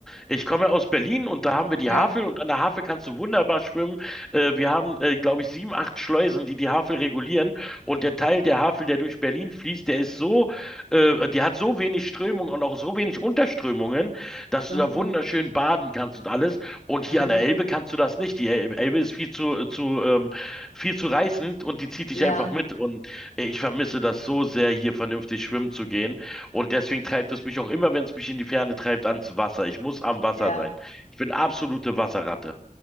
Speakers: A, in the centre; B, on the left.
A: Ich komme aus Berlin und da haben wir die
B: ja.
A: Havel und an der Havel kannst du wunderbar schwimmen. Äh, wir haben, äh, glaube ich, sieben, acht Schleusen, die die Havel regulieren und der Teil der Havel, der durch Berlin fließt, der ist so, äh, die hat so wenig Strömung und auch so wenig Unterströmungen, dass
B: Mhm.
A: du da wunderschön baden kannst und alles. Und hier
B: Mhm.
A: an der
B: mhm.
A: Elbe kannst du das nicht. Die El- Elbe ist viel zu, äh, zu, ähm, viel zu reißend und die zieht dich
B: Ja,
A: einfach mit. Und ich vermisse das so sehr, hier vernünftig schwimmen zu gehen. Und deswegen treibt es mich auch immer, wenn es mich in die Ferne treibt, ans Wasser. Ich muss am Wasser
B: ja.
A: sein. Ich bin absolute Wasserratte.